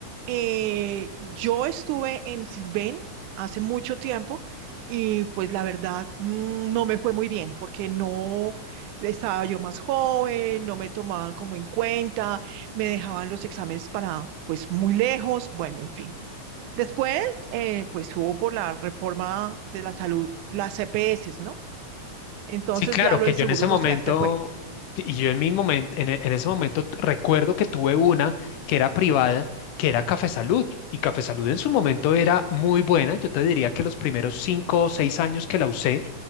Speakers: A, on the right; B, on the left.
A: Eh, yo estuve en Sisbén hace mucho tiempo y pues la verdad mm, no me fue muy bien porque no estaba yo más joven, no me tomaban como en cuenta, me dejaban los exámenes para pues muy lejos, bueno, en fin. Después, eh, pues hubo por la reforma de la salud, las CPS, ¿no? Entonces
B: Sí, claro,
A: ya lo
B: que
A: del
B: yo
A: Seguro
B: en ese momento,
A: Social se fue.
B: y yo en mi momento, en, e- en ese momento t- recuerdo que tuve una que era privada, que era Café Salud, y Café Salud en su momento era muy buena, yo te diría que los primeros cinco o seis años que la usé,